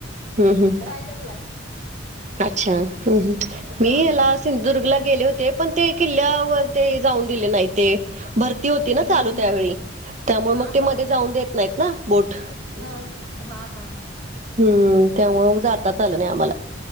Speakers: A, on the right; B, on the right.
A: हम्म हम्म
B: रायगड लाय
A: अच्छा ह
B: हा
A: मी याला सिंधुदुर्गला गेले होते पण ते किल्ल्यावर ते जाऊन दिले नाही ते भरती होती ना
B: हम्म
A: चालू त्यावेळी म
B: हा
A: मग
B: हा
A: ते मध्ये जाऊन देत नाहीत ना बोट
B: हा हा हा
A: हम्म त्यामुळं मग जाताच आलं नाही आम्हाला